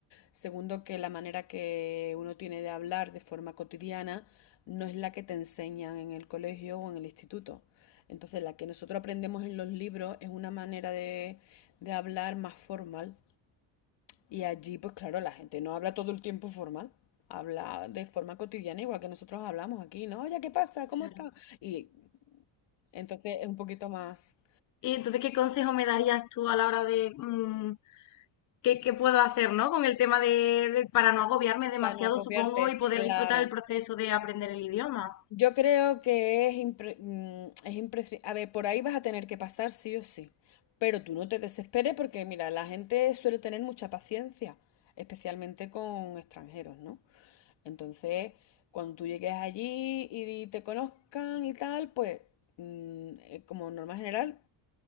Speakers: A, on the left; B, on the left.
A: Segundo, que la manera que uno tiene de hablar de forma cotidiana no es la que te enseñan en el colegio o en el instituto. Entonces, la que nosotros aprendemos en los libros es una manera de, de hablar más formal. Y allí, pues claro, la gente no habla todo el tiempo formal, habla de forma cotidiana, igual que nosotros hablamos aquí, ¿no? Oye, ¿qué pasa? ¿Cómo
B: Claro.
A: está? Y entonces es un poquito más
B: Y entonces, ¿qué consejo me darías tú a la hora de mm, qué, qué puedo hacer, ¿no? Con el tema de, de- para no agobiarme demasiado,
A: para no copiarte,
B: supongo, y poder
A: claro.
B: disfrutar el proceso de aprender el idioma.
A: Yo creo que es, impre- mm, es imprescindible. A ver, por ahí vas a tener que pasar sí o sí. Pero tú no te desesperes porque, mira, la gente suele tener mucha paciencia, especialmente con extranjeros, ¿no? Entonces, cuando tú llegues allí y te conozcan y tal, pues, mm, eh, como norma general,